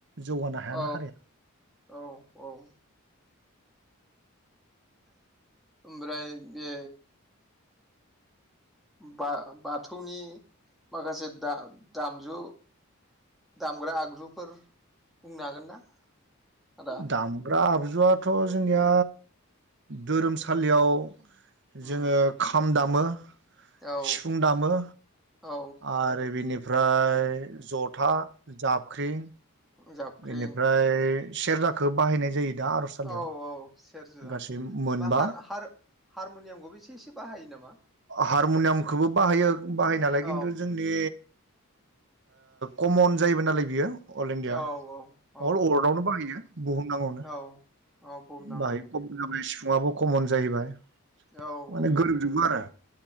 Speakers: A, on the right (about 50°); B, in the centre.
A: जौगानो हायाना
B: औ
A: हारिया।
B: औ औ ओमफ्राय बे बा बाथौनि माखासे दाम दामजु दामग्रा आगजुफोर बुंनो हागोन ना? आदा?
A: दामग्रा आगजुआथ' जोंनिया धोरोमसालियाव
B: उम
A: जोङो खाम दामो,
B: औ
A: सिफुं दामो।
B: औ
A: आरो बेनिफ्राय जथा जाबख्रि
B: जाबख्रिं
A: बेनिफ्राय सेरजाखौ बाहायनाय जायो। दा आर'जसालियाव
B: औ औ सेरजा
A: गासै मोनबा
B: मा हार हार हारमु'नियामखौबो एसे एसे बाहायो नामा?
A: हारमुनियामखौबो बाहायो बाहाय नालाय
B: औ
A: खिन्थु जोंनि‌ कमन जायोबो नालाय बियो अल इण्डिया
B: औ
A: अल
B: औ
A: अलवार्लडआवनो
B: उम
A: बाहायो। बुहुम नांगौनो
B: औ औ बुहुमनाङावनो
A: बाहाय खमन जाबाय सिफुङाबो खमन जाहैबाय।
B: औ
A: माने गोरोबजोबो
B: उम
A: आरो